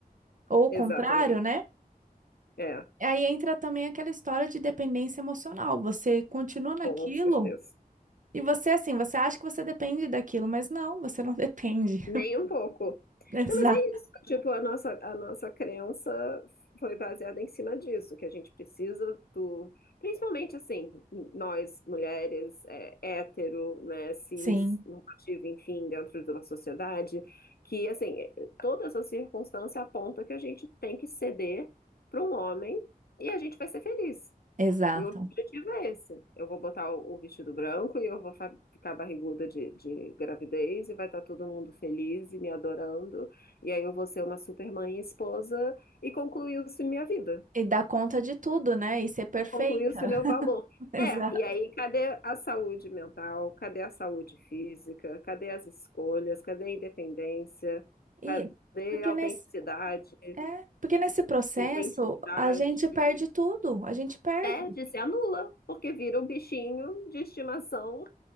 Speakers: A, on the right (about 55°); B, on the left (about 80°).
A: ou o
B: exatamente.
A: contrário, né?
B: É,
A: Aí entra também aquela história de dependência emocional. Você continua naquilo
B: com certeza.
A: e você assim, você acha que você depende daquilo, mas não, você não <laughs> depende.
B: Nem um pouco.
A: Exato.
B: Não, mas é isso. Tipo, a nossa, a nossa crença foi baseada em cima disso, que a gente precisa do. Principalmente assim, nós, mulheres, é, hétero, né, cis,
A: Sim,
B: normativa, enfim, dentro de uma sociedade, que assim, toda essa circunstância aponta que a gente tem que ceder para um homem e a gente vai ser feliz.
A: exato.
B: E o objetivo é esse. Eu vou botar o, o vestido branco e eu vou fa- ficar barriguda de, de gravidez e vai estar todo mundo feliz e me adorando. E aí eu vou ser uma super mãe e esposa e concluiu-se minha vida.
A: E dar conta de tudo, né? E ser perfeita.
B: Concluiu-se meu valor.
A: Exato.
B: É, e aí cadê a saúde mental? Cadê a saúde física? Cadê as escolhas? Cadê a independência?
A: E
B: Cadê
A: porque
B: a autenticidade?
A: nesse, é, porque nesse processo
B: Identidade?
A: a gente perde tudo, a gente perde.
B: Perde, se anula, porque vira um bichinho de estimação